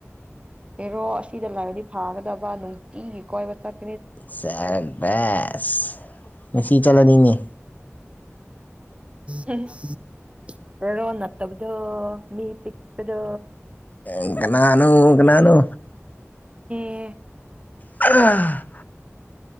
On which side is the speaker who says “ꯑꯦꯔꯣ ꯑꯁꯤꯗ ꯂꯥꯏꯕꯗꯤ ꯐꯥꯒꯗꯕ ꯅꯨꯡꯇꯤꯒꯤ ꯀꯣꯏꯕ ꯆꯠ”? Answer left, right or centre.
Right